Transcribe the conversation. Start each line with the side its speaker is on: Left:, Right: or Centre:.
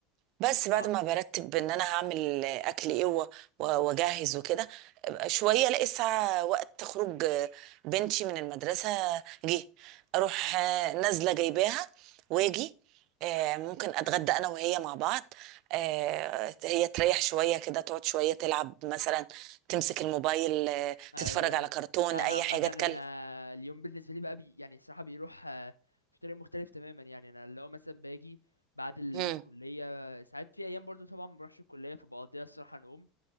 Right: بس بعد
Left: اه
Right: ما برتب ان انا هعمل اكل ايه و- و- واجهز وكده شويه الاقي الساعه وقت خروج بنتي من المدرسه جه اروح
Left: إمم.
Right: نازله جايباها واجي آه، ممكن اتغدى انا وهي مع بعض آه، هي تريح شويه كده تقعد شويه تلعب مثلا تمسك الموبايل آه،
Left: ايوه
Right: تتفرج على
Left: ايوه
Right: كرتون
Left: انا
Right: اي
Left: عامه
Right: حاجه
Left: انا
Right: تكلم
Left: اليوم بالنسبه لي بقى بي يعني الصراحه بيروح آه، في طريق مختلف تماما يعني انا اللي هو مثلا باجي بعد الكليه
Right: مم.
Left: ساعات في ايام برضو طبعا ما بروحش الكليه فبقضيها الصراحه نوم